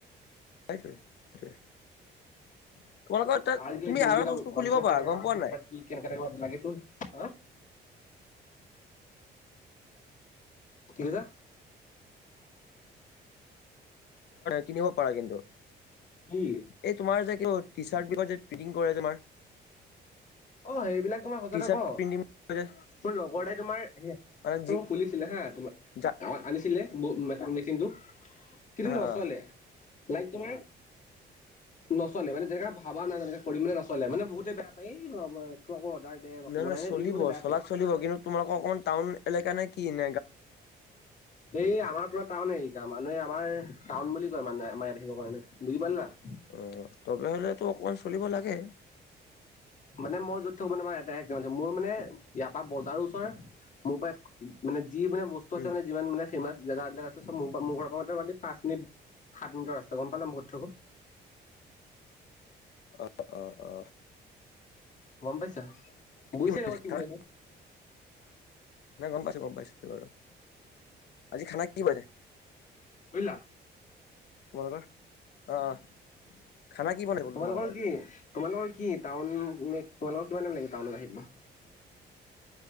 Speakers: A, on the left (about 70°); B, on the left (about 45°).
A: সেইটোৱে সেইটোৱে তোমালোকৰ তাত
B: আজিকালি
A: তুমি
B: গেনজি
A: আৰু
B: কাপোৰ
A: বস্তু
B: বানিছুৱেত
A: খুলিব পাৰা
B: কেনেকে
A: গম
B: কাপোৰ
A: পোৱা
B: পিন্ধি
A: নাই
B: বা কি কেনেকুৱা কাপোৰ কি কেনে টাইপৰ লাগে তোৰ হা কি কলা
A: কিনিব পাৰা কিন্তু
B: কি
A: এই তোমাৰ যে টি চাৰ্ট বিগৰ যে ফিটিং কৰে তোমাৰ
B: অ সেইবিলাক তোমাৰ সচাতে
A: টি চাৰ্ট
B: ক
A: প্ৰিন্টিং কৰে যে
B: মোৰ লগৰ এটাই তোমাৰ
A: মানে যি
B: খুলিছিলে হা তোমাৰ
A: যা
B: আনিছিলে মেচিনটো কিন্তু
A: অ',
B: নচলে
A: অ'।
B: লাইক তোমাৰ নচলে মানে যেনেকা ভাবা যায় যেনেকৈ কৰিম নচলে মানে বহুতে বেয়া পায় অৰ্ডাৰ দে আকৌ
A: নাই
B: বনাই
A: নাই
B: নে
A: চলিব
B: এইটো মানে বেয়া
A: চলাত
B: পায়।
A: চলিব কিন্তু তোমালোকৰ অকমান টাউন এলেকা নে কি ন
B: এইই আমাৰ পৰা টাউন এৰিকা মানুহে আমাৰ টাউন বুলি কয় মানুহে আমাৰ ইয়াত আহিব কাৰণে বুজি পালি না
A: অ তবে হলেতো অকমান চলিব লাগে
B: মানে মই য'ত থকো <unintelligible> এই দাৰেক এ মোৰ মানে ইয়াৰ পৰা বজাৰৰ ওচৰ মোৰ পৰা এয়াত মানে যি মানে বস্তু
A: উম,
B: আছে মানে যিমান মানে ফেমাচ জেগা বিলাক আছে চব মোৰ মোৰ ঘৰ পৰা মোটামোটি পাঁচ মিনিট সাত মিনিটৰ ৰাস্তা গম পালা মই কত থাকো
A: অ অ অ
B: গম পাইছা বুজিছে
A: বনাইছে
B: নে মই কি
A: খানা?
B: বুজাই আছো
A: নাই গম পাইছো গম পাইছো বাৰু আজি খানা কি বনাইছে
B: বুজিলা
A: তোমালোকৰ অ অ খানা কি বনাই বোলো
B: তোমালোকৰ
A: আজি?
B: কি তোমালোকৰ কি টাউনলে তোমালোকৰ কিমান টাইম লাগিব টাউনত আহিব